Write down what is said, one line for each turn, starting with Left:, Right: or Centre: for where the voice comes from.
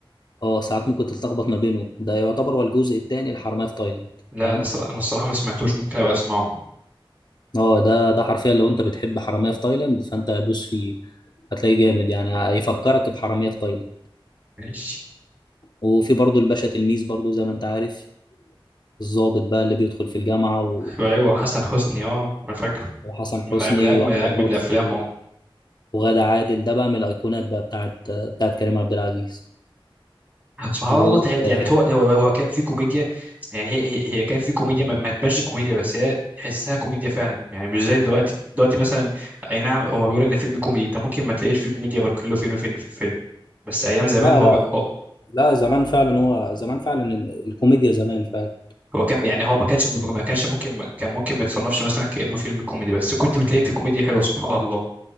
Left: اه ساعات ممكن تتلخبط ما بينهم ده يعتبر هو الجزء الثاني الحرامية في تايلاند
Right: لا
Left: فاهم
Right: أنا صر... أنا الصراحة ما سمعتوش ممكن أبقى أسمعه
Left: اه ده ده حرفيا لو انت بتحب حرامية في تايلاند فانت هدوس فيه هتلاقيه جامد يعني هيفكرك بحرامية في تايلاند
Right: ماشي
Left: وفي برضه الباشا تلميذ برضه زي ما انت عارف الضابط بقى اللي بيدخل في الجامعة و...
Right: أيوه أيوه حسن حسني أه أنا فاكره
Left: وحسن
Right: من
Left: حسني
Right: أ- من أجمل
Left: واحمد
Right: أجمد
Left: لطفي
Right: الأفلام أه
Left: وغادة عادل ده بقى من الايقونات بقى بتاعت بتاعت كريم عبد العزيز
Right: سبحان
Left: اللي
Right: الله
Left: هو
Right: تحت يعني
Left: آه،
Right: هو هو هو كان في كوميديا يعني هي هي هي كان في كوميديا ما ما تبانش كوميديا بس هي تحسها كوميديا فعلا يعني مش زي دلوقتي دلوقتي مثلا اي نعم هو بيقول لك ده فيلم كوميدي انت ممكن ما تلاقيش فيه كوميديا غير كله فين وفين في الفيلم بس ايام زمان
Left: لا
Right: هو
Left: لا
Right: هو
Left: لا زمان فعلا هو زمان فعلا ال- الكوميديا زمان فعلا
Right: هو كان يعني هو ما كانش ما كانش ممكن ما كان ممكن ما يتصنفش مثلا كأنه فيلم كوميدي بس كنت بتلاقي فيه كوميديا حلوه سبحان الله